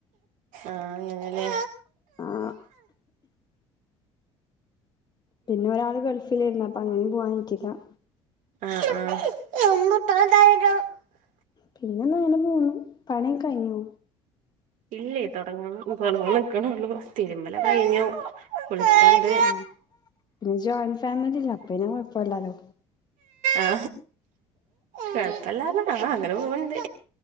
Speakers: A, on the right; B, on the left.
A: ആഹ അങ്ങനെല്ലേ
B: ആഹ് പിന്നെ ഒരാള് ഗൾഫിലേര്ന്നു അപ്പ അങ്ങനിം പോവാ പറ്റില്ല
A: ആ ആ <inaudible>
B: പിന്നെന്താണ് ഇങ്ങെനെ പോണു പണി ഒക്കെ കഴിഞ്ഞോ
A: ഇല്ലെ തുടങ്ങണം തുടങ്ങാനിക്കണള്ളൂ തിരുമ്പലോക്കെ കഴിഞ്ഞു കുളിക്കാണ്ട്
B: ആ പിന്നെ ജോയിന്റ് ഫാമിലി ല്ലേ അപ്പോ പിന്നെ കോഴപ്പില്ലാലോ
A: ആ കോഴപ്പല്ലാ പറഞ്ഞ അങ്ങനെ പോവണ്ട്